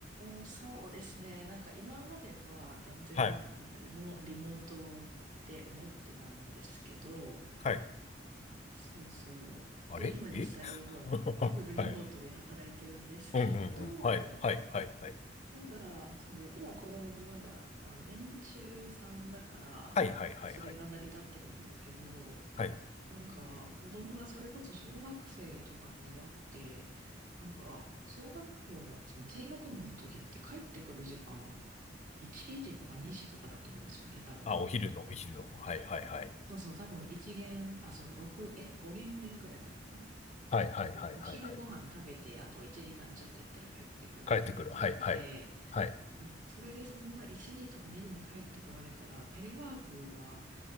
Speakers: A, on the right (about 45°); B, on the left (about 35°).
A: え、そうですね。なんか今までは断然、
B: はい。
A: なんかリモ、リモートって思ってたんですけど、
B: はい
A: そうそう。
B: あれえ
A: で、今実際もうフルリモートで働いてるんですけど、
B: <laughs> はい。うんうんうん。はい、はい、はい、はい。
A: ただ、その今子供がまだ、まあ、年中さんだから、
B: はい、はい、はい、
A: それが成り立ってるんですけど、
B: はい。はい。
A: なんか、子供がそれこそ小学生とかになって、なんか、小学校のその低学年の時って帰ってくる時間、1時とか2時とかだと思うんですよね、多分。
B: あ、お昼の、お昼の。はい、はい、はい。
A: そうそう、多分1限、あ、そう、6、え、5限目ぐらいまでかな。
B: はい、はい、
A: なんで、
B: はい、
A: お昼ご飯食べて、
B: はい。はい
A: あと1時間ちょっとやったら帰ってくるみたいな感じなんで、
B: 帰ってくる。はい、はい。はい。
A: でそれでそんな1時とか2時に帰ってこられたら、テレワークが